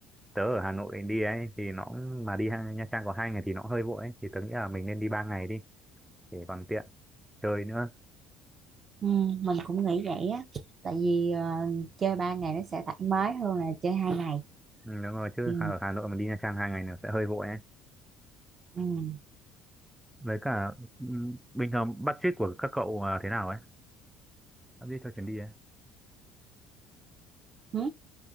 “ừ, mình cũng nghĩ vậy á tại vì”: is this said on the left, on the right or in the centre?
Right